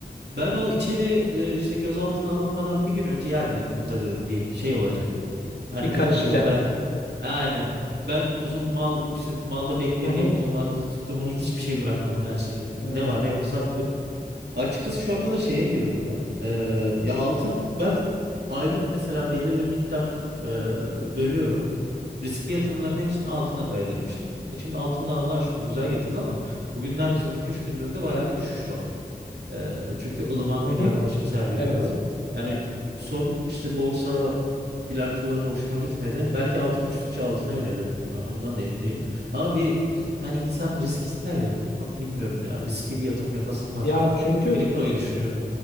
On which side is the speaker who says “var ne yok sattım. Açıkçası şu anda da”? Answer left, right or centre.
Right